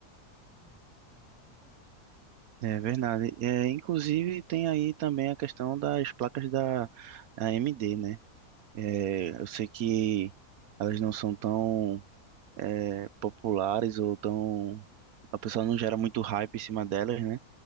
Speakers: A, in the centre; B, on the right (about 70°).
A: Vou ver, né? Vamos acompanhar.
B: É verdade. É, inclusive tem aí também a questão das placas da AMD, né? É, eu sei que elas não são tão é, populares ou tão. A pessoa não gera muito hype em cima delas, né?